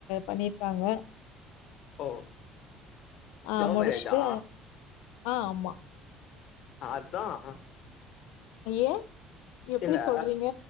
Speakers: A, on the left; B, on the left.
A: பண்ணிருக்காங்க
B: ஒ
A: ஆ
B: லவ்
A: முடிச்சுட்டு
B: மேரேஜா
A: ஆ ஆமா
B: அதான்
A: ஏன் எப்படி
B: இல்லை
A: சொல்றீங்க